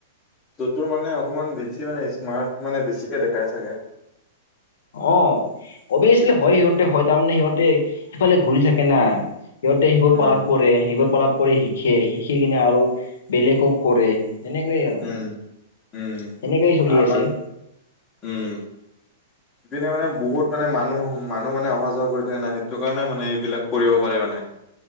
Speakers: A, on the left (about 20°); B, on the left (about 75°).
A: চতুৰ মানে অকমান বেছি মানে স্মাৰ্ট মানে বেছিকে দেখাই চাগে।
B: অঁ! অবিয়েচলি হয় সিহঁতে হয় তাৰমানে সিহঁতে সিফালে ঘূৰি থাকে না। সিহঁতে সেইবোৰ
A: উম
B: পালাত পৰে। সেইবোৰ পালাত পৰি শিকে, শিকি কিনে আৰু বেলেগক কৰে। সেনেকেই আৰু
A: উম উম
B: সেনেকেই চলি
A: আমাৰ
B: আছে।
A: উম!
B: <unintelligible>
A: সিপিনে মানে বহুত মানে মানুহ-মানুহ মানে অহা যোৱা কৰি থাকে না সেইটো কাৰণে মানে এইবিলাক কৰিব পাৰে মানে।